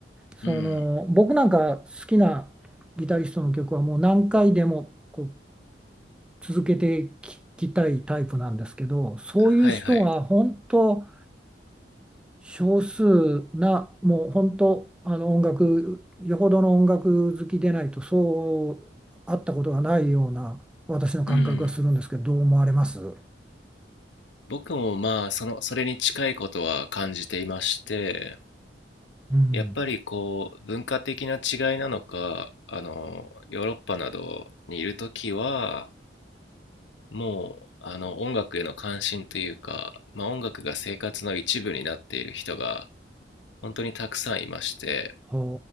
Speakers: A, in the centre; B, on the left.
A: その僕なんか好きなギタリストの曲はもう何回でもこう
B: うん、
A: 続けて聞きたいタイプなんですけど、そういう人は本当
B: はい、はい、
A: 少数な、もう本当あの音楽、よほどの音楽好きでないとそう会ったことがないような私の感覚がするんですけど、
B: うん。
A: どう思われます
B: 僕もまあ、その、それに近いことは感じていまして、
A: うん。
B: やっぱりこう文化的な違いなのかあのヨーロッパなどにいるときはもうあの音楽への関心というか、まあ、音楽が生活の一部になっている人が本当にたくさんいまして
A: は